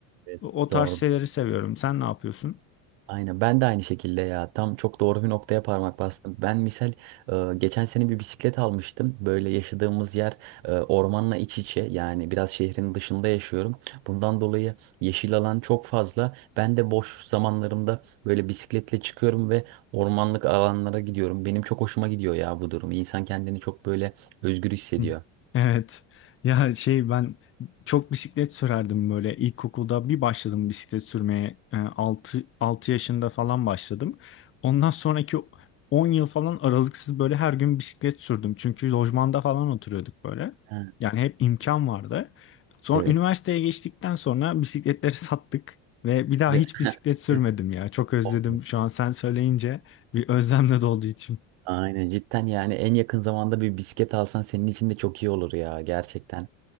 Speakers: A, on the right (about 75°); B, on the left (about 35°).
A: Evet,
B: o o tarz
A: Doğru.
B: şeyleri seviyorum. Sen ne yapıyorsun?
A: Aynen ben de aynı şekilde ya tam çok doğru bir noktaya parmak bastım. Ben misal e, geçen sene bir bisiklet almıştım. Böyle yaşadığımız yer e, ormanla iç içe yani biraz şehrin dışında yaşıyorum. Bundan dolayı yeşil alan çok fazla. Ben de boş zamanlarımda böyle bisikletle çıkıyorum ve ormanlık alanlara gidiyorum. Benim çok hoşuma gidiyor ya bu durum. İnsan kendini çok böyle özgür hissediyor.
B: Hı. Evet. Ya şey ben çok bisiklet sürerdim böyle ilkokulda bir başladım bisiklet sürmeye Ee, altı 6 yaşında falan başladım. Ondan sonraki 10 yıl falan aralıksız böyle her gün bisiklet sürdüm. Çünkü lojmanda falan oturuyorduk böyle.
A: Ha,
B: Yani hep imkan vardı. Sonra
A: evet.
B: üniversiteye geçtikten sonra bisikletleri <laughs> sattık ve bir daha
A: De-
B: hiç
A: <laughs>
B: bisiklet sürmedim
A: Evet,
B: ya. Çok özledim
A: olmuyor.
B: şu an sen söyleyince bir özlemle doldu içim.
A: Aynen cidden yani en yakın zamanda bir bisiklet alsan senin için de çok iyi olur ya gerçekten.